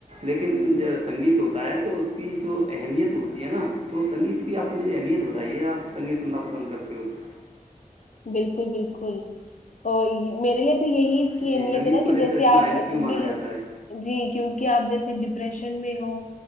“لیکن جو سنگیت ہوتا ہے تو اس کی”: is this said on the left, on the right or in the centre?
Right